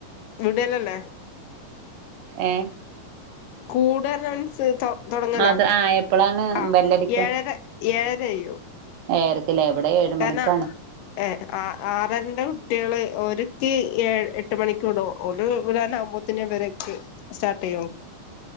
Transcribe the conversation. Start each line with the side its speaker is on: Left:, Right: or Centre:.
Left: വിടൽ അല്ലെ
Right: ഏ
Left: കൂടാ പറഞ്ഞ മനസ്സിൽ തുടങ്ങലോ
Right: മദ്ര ആ എപ്പളാണ്
Left: ആ
Right: ബെല്ലടിക്കാ
Left: ഏഴര ഏഴരകയ്യും
Right: ഏഴരക്കല്ലേ ഇവിടെ ഏഴ്
Left: കാരണം
Right: മണിക്കാണ്
Left: ഏ ആ ആറരന്റെ കുട്ടികള് ഓരിക്ക് എട്ട് മണിക്കൂ വിടും ഓര് വിടാനാവകുമ്പോത്തന ഇവരക്ക് സ്റ്റാർട്ട് ചെയ്യളൂ